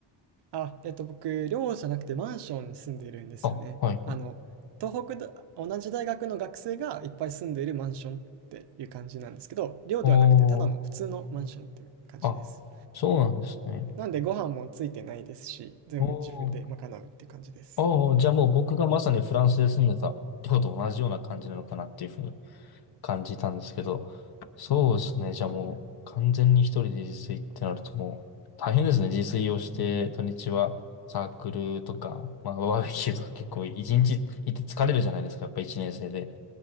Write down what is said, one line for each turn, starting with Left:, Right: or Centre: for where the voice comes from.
Right: あ、えっと僕、寮じゃなくてマンションに住んでいるんですよね。
Left: あ、はいはい。
Right: あの、東北だ、同じ大学の学生がいっぱい住んでいるマンションっていう感じなんですけど、寮ではなくてただの普通のマンションっていう感じです。
Left: おー、あ、そうなんですね。
Right: なんでご飯もついてないですし、全部自分で賄うって感じです。
Left: おー、あーじゃあもう僕がまさにフランスで住んでた寮と同じような感じなのかなっていうふうに感じたんですけど、そうですね。じゃあもう完全に一人で自炊ってなるともう大変ですね。自炊をして土日はサークルとか、まあバーベキューとか結構一日行って疲れるじゃないですか。やっぱ一年生で。